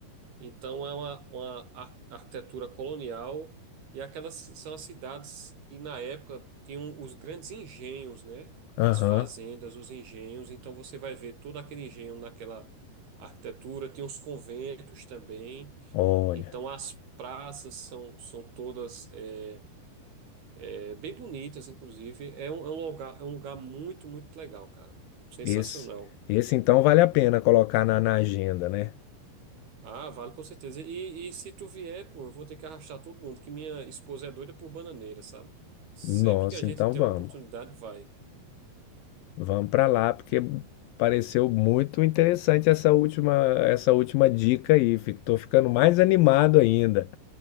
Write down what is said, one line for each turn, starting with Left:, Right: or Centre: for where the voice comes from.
Right: então é uma, uma ar- arquitetura colonial e aquelas ci- são as cidades que na época tinham os grandes engenhos, né?
Left: Aham.
Right: As fazendas, os engenhos. Então você vai ver todo aquele engenho naquela arquitetura. Tem os conventos também.
Left: Olha,
Right: Então as praças são, são todas eh, É bem bonitas, inclusive. É um, é um lugar, é um lugar muito, muito legal, cara. Sensacional.
Left: esse esse então vale a pena colocar na, na agenda, né?
Right: Ah, vale com certeza. E, e se tu vier, pô, eu vou ter que arrastar todo mundo, que minha esposa é doida por bananeira, sabe? Sempre
Left: Nossa,
Right: que a gente
Left: então
Right: tem
Left: vamos.
Right: uma oportunidade, vai.
Left: Vamos para lá porque pareceu muito interessante essa última essa última dica aí. Estou ficando mais animado ainda.